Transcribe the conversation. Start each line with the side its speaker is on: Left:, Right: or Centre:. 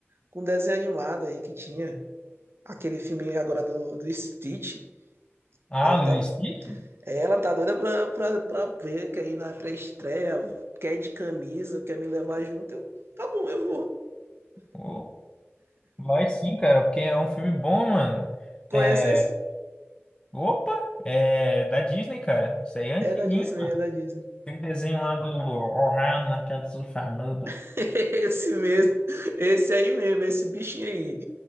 Right: com um desenho animado aí que tinha. Aquele filme agora do, do Stitch.
Left: Ah,
Right: Ela
Left: Lilo
Right: tá,
Left: e Stitch?
Right: é, ela tá doida pra, pra, pra ver, quer ir na pré-estreia, quer ir de camisa, quer me levar junto. Eu, tá bom, eu vou.
Left: Ô, vai sim, cara, porque é um filme bom, mano.
Right: Conhece
Left: É.
Right: esse?
Left: Opa! É da Disney, cara. Isso aí é antiguinho.
Right: É da Disney, é da Disney.
Left: Aquele desenho lá do Ohana, que é do famoso.
Right: <laughs> Esse mesmo. Esse aí mesmo, esse bichinho aí.